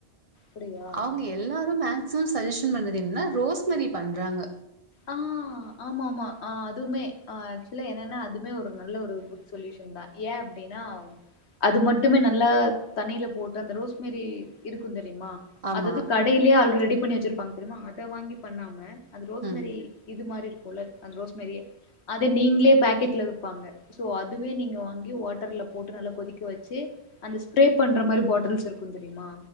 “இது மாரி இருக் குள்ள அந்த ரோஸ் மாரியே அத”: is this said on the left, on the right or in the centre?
Left